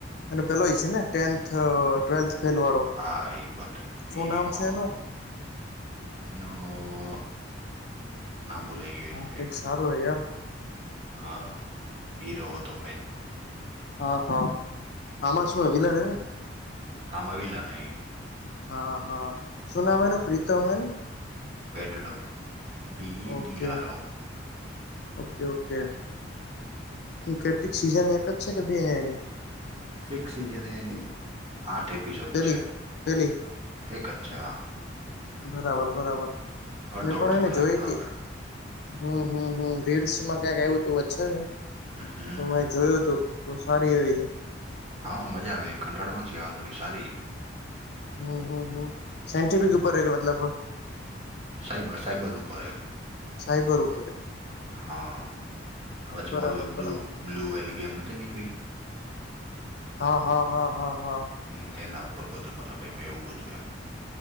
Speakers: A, on the left; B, on the right.
A: એ પેલો છે નેટેવેથ ફ વાળ
B: હા એ પદ
A: શું
B: ઈ
A: નામ
B: એમાં
A: છે એનુ
B: એનું ના બુલાઈ ગયું
A: નામ
B: એનું બાઈક
A: કઈક સારું હ યાર
B: હા હીરો હતો મેન
A: હા હા. આમાં શું
B: આામાંવલા
A: વિલન હે ને
B: નઈ
A: હા હા સુનામન પ્રીત મેન
B: પેડડો પીડીઆરો
A: ઓકે
B: ઓ
A: ઓકે ઓકે કેટલીક સીઝન એક જ છે કે બેય એની
B: એક સિઝન એની આઠ એપિસોડ
A: પેલી
B: છે
A: પેલી
B: એક જ છે હા
A: બરાબર બરાબર,
B: અડધો
A: મેં પણ
B: અડધો
A: એને
B: કલાકના
A: જોઈ તી
B: આવે
A: હમ હમ રીલ્સમાં ક્યાંક એવું તું છે ને
B: હમ
A: તો મેં જોયું હતું બવ સારી એવી છે.
B: હા મજા આવે કંટાળવા નહી આવતો સારી હે.
A: હમ હમ હમ સાયન્ટિફિક ઉપર કે મતલબ
B: સાઇબર સાઇબર ઉપર
A: સાયબર
B: સાબર
A: ઉપર હે
B: હા. હચમોલી
A: બરાબર
B: બ્લુ
A: બરાબર
B: બ્લુ વેલ ગેમ નથી નીકળી
A: હા હા હા હા હા.
B: એ એના ઉપર બધું મતલબ એમ એવું બધું એમ